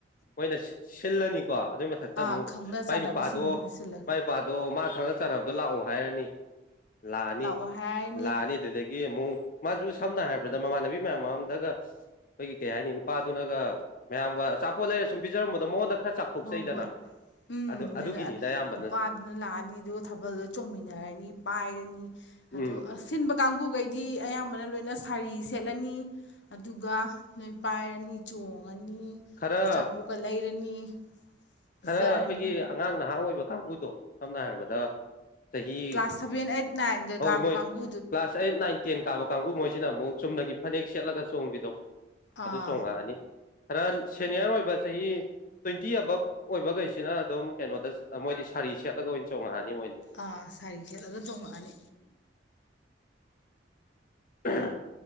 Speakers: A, on the left; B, on the left.
A: ꯃꯣꯏꯅ ꯁꯤꯜꯂꯅꯤꯀꯣ ꯑꯗꯨꯏ ꯃꯊꯛꯇ
B: ꯑꯥ
A: ꯑꯃꯨꯛ
B: ꯈꯪꯅ ꯆꯥꯟꯅꯕꯁꯤꯡꯗꯨꯅ
A: ꯃꯥꯏ ꯅꯨꯄꯥꯗꯣ
B: ꯁꯤꯜꯂ
A: ꯃꯥꯏ ꯅꯨꯄꯥꯗꯣ ꯃꯥ ꯈꯪꯅ ꯆꯔꯕꯗꯣ ꯂꯥꯛꯑꯣ ꯍꯥꯏꯔꯅꯤ ꯂꯥꯛꯑꯅꯤ
B: ꯂꯥꯛꯑꯣ ꯍꯥꯏꯔꯅꯤ
A: ꯂꯥꯛꯑꯅꯤ ꯑꯗꯨꯗꯒꯤ ꯑꯃꯨꯛ ꯃꯥꯁꯨ ꯁꯝꯅ ꯍꯥꯏꯔꯕꯗ ꯃꯃꯥꯟꯅꯕꯤ ꯃꯌꯥꯝ ꯃꯔꯝꯗꯒ ꯑꯩꯈꯣꯏꯒꯤ ꯀꯩ ꯍꯥꯏꯅꯤ ꯅꯨꯄꯥꯗꯨꯅꯒ ꯃꯌꯥꯝꯒ ꯑꯆꯥꯄꯣꯠ ꯂꯩꯔ ꯁꯨꯝ ꯄꯤꯖꯔꯝꯕꯗꯣ ꯃꯉꯣꯟꯗ ꯈꯔ ꯆꯥꯎꯊꯣꯛꯆꯩꯗꯅ
B: ꯍꯣꯏ ꯍꯣꯏ ꯎꯝ
A: ꯑꯗꯨ
B: ꯅꯣꯏꯅ
A: ꯑꯗꯨꯒꯤꯅꯤꯗ ꯑꯌꯥꯝꯕꯅꯁꯨ
B: ꯅꯨꯄꯥꯗꯨꯅ ꯂꯥꯛꯑꯅꯤ ꯑꯗꯨꯒ ꯊꯥꯕꯜꯗ ꯆꯣꯡꯃꯤꯟꯅꯔꯅꯤ ꯄꯥꯏꯔꯅꯤ ꯑꯗ
A: ꯎꯝ
B: ꯁꯤꯟꯕ ꯀꯥꯡꯕꯨꯈꯩꯗꯤ ꯑꯌꯥꯝꯕꯅ ꯂꯣꯏꯅ ꯁꯥꯔꯤ ꯁꯦꯠꯂꯅꯤ ꯑꯗꯨꯒ ꯅꯣꯏ ꯄꯥꯏꯔꯅꯤ ꯆꯣꯡꯉꯅꯤ
A: ꯈꯔ
B: ꯑꯆꯥꯄꯣꯛꯀ ꯂꯩꯔꯅꯤ ꯄꯤꯖꯔꯅꯤ
A: ꯈꯔ ꯑꯩꯈꯣꯏꯒꯤ ꯑꯉꯥꯡ ꯅꯍꯥ ꯑꯣꯏꯕ ꯀꯥꯡꯕꯨꯗꯣ ꯁꯝꯅ ꯍꯥꯏꯔꯕꯗ ꯆꯍꯤ
B: ꯀ꯭ꯂꯥꯁ ꯁꯚꯦꯟ ꯑꯩꯠ ꯅꯥꯏꯟꯒ
A: ꯍꯣꯏ
B: ꯀꯥꯕ
A: ꯃꯣꯏ
B: ꯀꯥꯡꯕꯨ
A: ꯀ꯭ꯂꯥꯁ ꯑꯩꯠ ꯅꯥꯏꯟ ꯇꯦꯟ ꯀꯥꯕ ꯀꯥꯡꯕꯨ ꯃꯣꯏꯁꯤꯅ ꯑꯃꯨꯛ ꯆꯨꯝꯅꯒꯤ ꯐꯅꯦꯛ ꯁꯦꯠꯂꯒ ꯆꯣꯡꯕꯤꯗꯣ
B: ꯑꯥ
A: ꯑꯗꯨ ꯆꯣꯡꯉꯛꯑꯅꯤ ꯈꯔ ꯁꯦꯅꯤꯌꯔ ꯑꯣꯏꯕ ꯆꯍꯤ ꯇ꯭ꯋꯦꯟꯇꯤ ꯑꯕꯞ ꯑꯣꯏꯕꯈꯩꯁꯤꯅ ꯑꯗꯨꯝ ꯀꯩꯅꯣꯗ ꯃꯣꯏꯗꯤ ꯁꯥꯔꯤ ꯁꯦꯠꯂꯒ ꯑꯣꯏꯅ ꯆꯣꯡꯉꯛꯑꯅꯤ ꯃꯣꯏꯗꯤ
B: ꯑꯥ ꯁꯥꯔꯤ ꯈꯦꯠꯂꯒ ꯆꯣꯡꯉꯛꯑꯅꯤ
A: ꯑ